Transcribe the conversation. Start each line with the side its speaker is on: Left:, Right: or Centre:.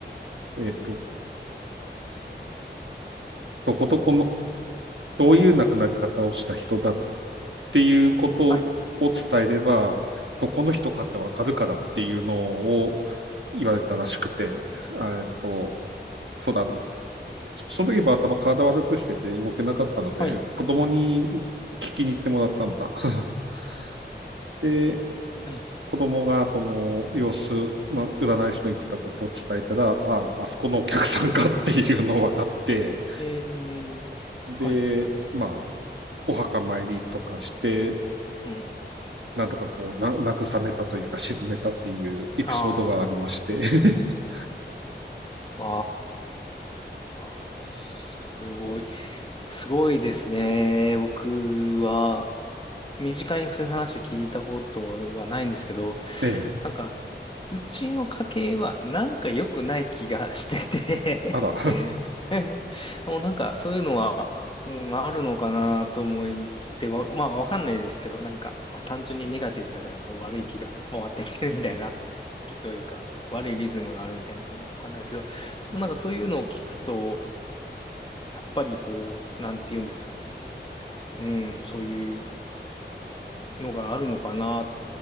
Right: えっと、どこどこの、どういう亡くなり方をした人だっていうことを伝えれば、
Left: はい、
Right: どこの人かってわかるからっていうのを言われたらしくて、えっと、そうだ、その時ばあさま体悪くしてて動けなかったので、
Left: はい、
Right: 子供に聞きに行ってもらったんだ。<laughs> で、
Left: はい。
Right: 子供がその様子、まあ、占い師の言ってたことを伝えたら、あ、あそこのお客さんかっていうのを分かって、
Left: えー、
Right: で、
Left: はい、
Right: まあ、お墓参りとかして、
Left: うん。
Right: なんとかこう、な、慰めたというか、沈めたっていうエピソードがありまして。
Left: あ
Right: <laughs>
Left: あ、ああ、すごい。すごいですね。僕は、身近にそういう話を聞いたことはないんですけど、
Right: ええ、
Left: なんか、うちの家系はなんか良くない気がしてて
Right: あら。<laughs>
Left: <laughs> もうなんかそういうのは、うん、あるのかなと思ってわ、まあわかんないですけど、なんか、まあ、単純にネガティブだからこう悪い気が回ってきてるみたいな気というか、悪いリズムがあるみたいなのもわかんないですけど、でもなんかそういうのを聞くと、やっぱりこう、なんて言うんですかね。うん、そういうのがあるのかな、